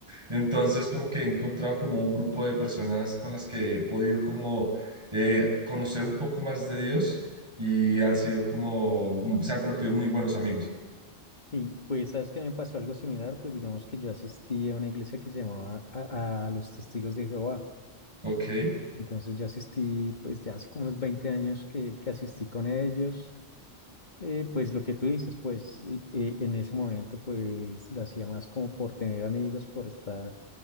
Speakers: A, on the right (about 25°); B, on the left (about 45°).
A: Entonces, como que he encontrado como un grupo de personas con las que he podido como eh, conocer un poco más de Dios y han sido como, se han convertido en muy buenos amigos.
B: Sí, pues sabes que me pasó algo similar, pues digamos que yo asistí a una iglesia que se llamaba a, a los Testigos de Jehová.
A: Ok.
B: Entonces yo asistí pues ya hace como unos 20 años que, que asistí con ellos. Eh, pues lo que tú dices, pues y- eh, en ese momento pues lo hacía más como por tener amigos, por estar